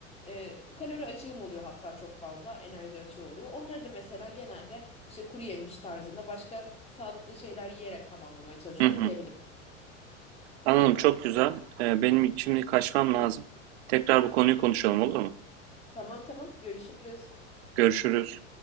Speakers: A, on the left (about 15°); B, on the right (about 60°).
A: E, kalori açığım oluyor hatta çok fazla enerji açığı oluyor. Onları da mesela genelde işte kuru yemiş tarzında başka sağlıklı şeyler yiyerek tamamlamaya çalışıyorum
B: hı hı.
A: diyebilirim.
B: Anladım, çok güzel. Ee, benim şimdi kaçmam lazım. Tekrar bu konuyu konuşalım olur mu?
A: Tamam tamam görüşürüz.
B: Görüşürüz.